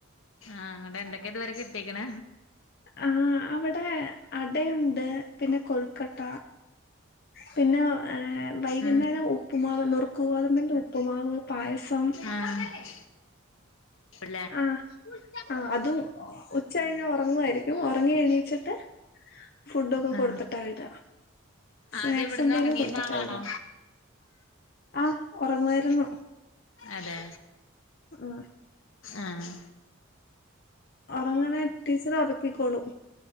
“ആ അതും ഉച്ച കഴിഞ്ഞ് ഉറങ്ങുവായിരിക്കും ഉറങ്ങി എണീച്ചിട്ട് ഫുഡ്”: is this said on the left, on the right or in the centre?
Left